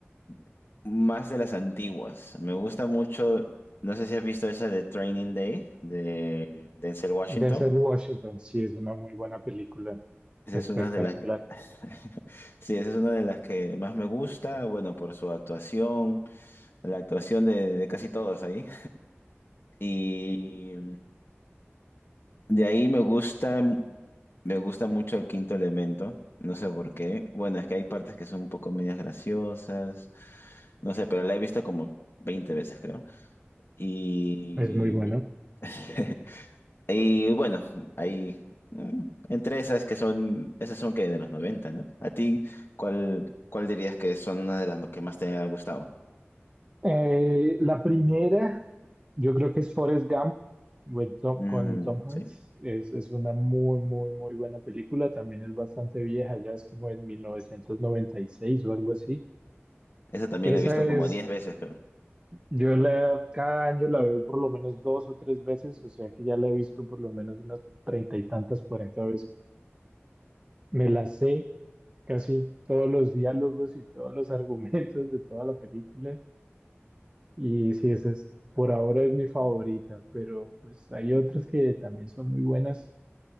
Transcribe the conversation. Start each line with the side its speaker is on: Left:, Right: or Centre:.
Left: <laughs> más de las antiguas. Me gusta mucho, no sé si has visto esa de Training Day de Denzel Washington.
Right: Denzel Washington, sí, es una muy buena película,
Left: Esa
Right: espectacular,
Left: es una de las que, <laughs> sí, esa es una de las que más me gusta, bueno, por su actuación, la actuación de de casi todos ahí. Y de ahí me gusta, me gusta mucho el quinto elemento, no sé por qué. Bueno, es que hay partes que son un poco medias graciosas, no sé, pero la he visto como 20 veces, creo. Y,
Right: es muy bueno.
Left: <laughs> y bueno, hay mm, entre esas que son, esas son que de los noventa ¿no? ¿A ti cuál, cuál dirías que son una de las que más te han gustado?
Right: Eh, la primera, yo creo que es Forrest Gump with Tom-
Left: Mm,
Right: con Tom Hanks,
Left: sí,
Right: es, es una muy, muy, muy buena película, también es bastante vieja, ya es como en 1996 o algo así.
Left: esa también
Right: Esa
Left: la he visto
Right: es,
Left: como 10 veces, creo.
Right: yo la, cada año la veo por lo menos dos o tres veces, o sea que ya la he visto por lo menos unas treinta y tantas, cuarenta veces. Me la sé casi todos los diálogos y todos los argumentos de toda la película. Y sí, esa es, por ahora es mi favorita, pero pues hay otras que también son muy buenas.